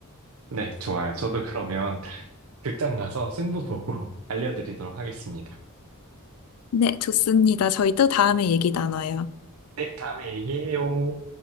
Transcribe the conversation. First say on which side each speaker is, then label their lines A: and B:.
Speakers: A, on the right; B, on the left.
A: 네, 좋아요. 저도 그러면 <laughs> 극장 가서 승부 보고 <laughs> 알려드리도록 하겠습니다.
B: 네, 좋습니다. 저희 또 다음에 얘기 나눠요.
A: 네, 다음에 얘기해요.